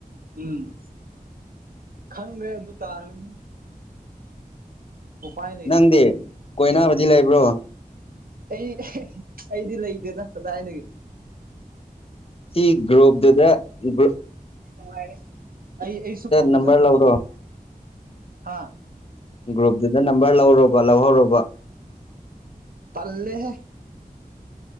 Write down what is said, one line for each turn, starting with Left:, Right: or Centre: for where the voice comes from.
Right: ꯎꯝ ꯈꯪꯈ꯭ꯔꯦ ꯑꯗꯨ ꯇꯥꯔꯒꯅꯤ ꯎꯄꯥꯥꯏ ꯅꯇ꯭ꯔꯦ
Left: ꯅꯪꯗꯤ ꯀꯣꯏꯅꯕꯗꯤ ꯂꯩꯕ꯭ꯔꯣ
Right: ꯑꯩ ꯑꯩꯗꯤ ꯂꯩꯇꯦꯗ ꯀꯗꯥꯏꯅꯗꯒꯤ
Left: ꯁꯤ ꯒ꯭ꯔꯨꯞꯇꯨꯗꯒ꯭ꯔꯨꯞ
Right: ꯅꯨꯡ ꯑꯩ ꯑꯩꯁꯨ ꯄꯥꯝꯖꯗꯕꯗꯨꯣ
Left: ꯅꯝꯕꯔ ꯂꯧꯔꯣ
Right: ꯍꯥ
Left: ꯒ꯭ꯔꯨꯞꯇꯨꯗ ꯅꯝꯕꯔ ꯂꯧꯔꯨꯔꯕ ꯂꯧꯍꯧꯔꯕꯕ
Right: ꯇꯜꯂꯦꯍꯦ